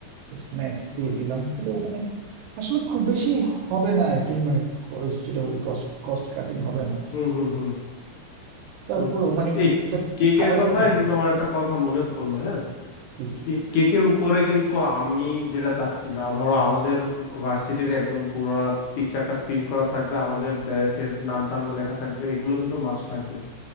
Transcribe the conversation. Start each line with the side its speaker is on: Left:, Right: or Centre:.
Right: স্ন্যাক্স
Left: হুম
Right: দিয়ে
Left: হুম
Right: দিলাম তাহলে ওখানে আসলে খুব বেশি হবে না আর কি মানে যেটা বলি কস্ট কস্ট কাটিং হবে না
Left: হুম হুম হুম
Right: তারপরেও
Left: হুম।
Right: মানে
Left: এই
Right: এটা
Left: কেকের
Right: খাবারের
Left: কথায়
Right: তো-
Left: কিন্তু আমার একটা কথা মনে পড়লো হ্যাঁ
Right: কি
Left: কে- কেকের উপরে কিন্তু আমি যেটা চাচ্ছি যা ধরো আমাদের ভার্সিটির একদম পুরো পিকচারটা প্রিন্ট করা থাকবে আমাদের ব্যাচের নাম টাম লেখা থাকবে এগুলো কিন্তু মাস্ট লাগবে